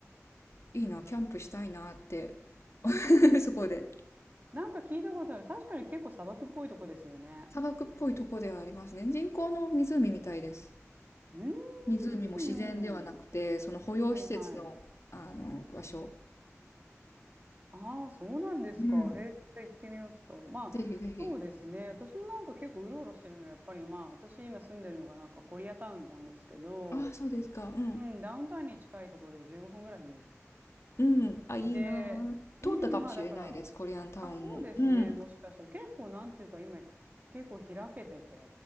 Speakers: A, on the left; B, on the right.
A: いいな、キャンプしたいなって <laughs> そこで。
B: なんか聞いたことある。確かに結構砂漠っぽいとこですよね。
A: 砂漠っぽいとこではありますね。人工の湖みたいです。
B: うー
A: 湖も自然ではなくて、
B: ん。
A: その保養施設の、
B: はいはい。
A: あの、場所。
B: ああ、そうなんですか。
A: うん。
B: へえ、行ってみようと。まあ、
A: ぜひぜひ。
B: そうですね。私もなんか結構うろうろしてるのは、やっぱりまあ、私今住んでるのがなんかコリアタウンなんですけど、
A: ああ、そうですか。うん。
B: うん、ダウンタウンに近いところで15分ぐらい
A: うん。あ、いいなあ。
B: で、
A: 通ったかもしれないです。
B: うん、まあだから、
A: コリアンタウンも。
B: あ、そうですね。
A: うん。
B: もしかしたら結構なんていうか今、結構開けてて、